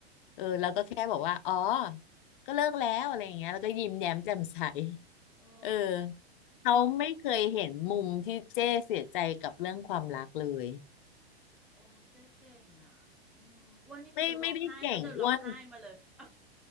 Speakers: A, on the left; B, in the centre.
A: เออแล้วก็แค่บอกว่าอ๋อ ก็เลิกแล้วอะไรอย่างเงี้ยแล้วก็ยิ้มแย้มแจ่มใส
B: โอ้
A: เออเขาไม่เคยเห็นมุมที่เจ้เสียใจกับเรื่องความรักเลย
B: โอ้เจ๊เก่งอ่ะอืมอ้วนนี่คือร้องไห้ก็เดินร้องไห้มาเลย
A: ไม่ไม่ได้เก่งอ้วน
B: <laughs> อ้า